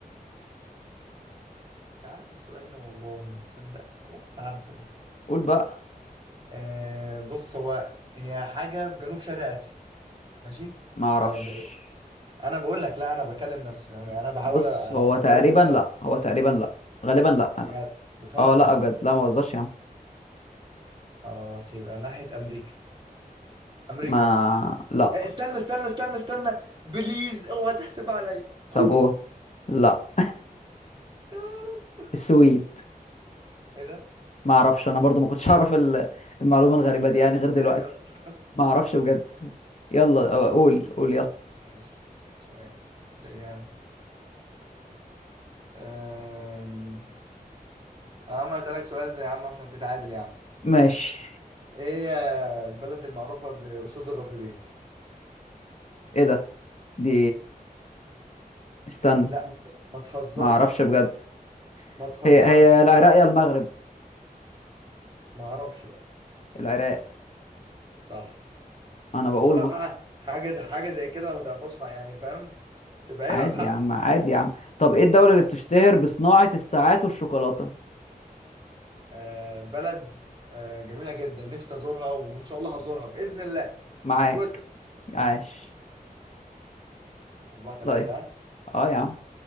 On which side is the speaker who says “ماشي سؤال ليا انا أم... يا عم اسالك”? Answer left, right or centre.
Right